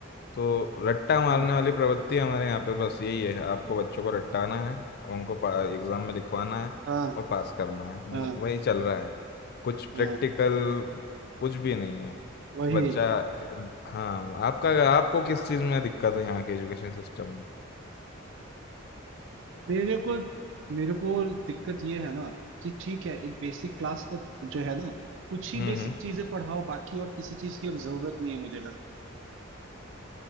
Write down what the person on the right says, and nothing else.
हम्म,
हाँ
हाँ
हाँ
वही
मेरे को मेरे को दिक्कत ये है ना कि ठीक है एक बेसिक क्लास तक जो है ना कुछ ही
बेसिक
चीजें पढ़ाओ बाकी और किसी चीज की अब जरूरत नहीं है मुझे लगता